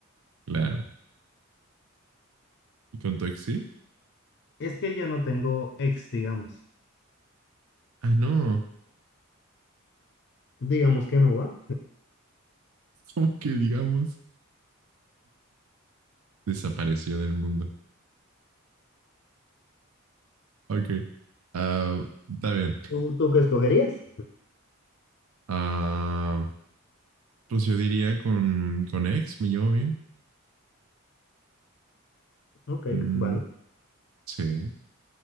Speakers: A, on the right (about 80°); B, on the left (about 55°).
A: claro. ¿Y con tu ex sí?
B: Es que yo no tengo ex, digamos.
A: Ah, no. <laughs>
B: Digamos que no va.
A: Como que digamos, desapareció del mundo. Ok. Ah, está bien.
B: ¿Tú, tú qué escogerías?
A: Ah, Pues yo diría con, con ex, me llevo bien.
B: Ok,
A: Mm,
B: vale.
A: sí,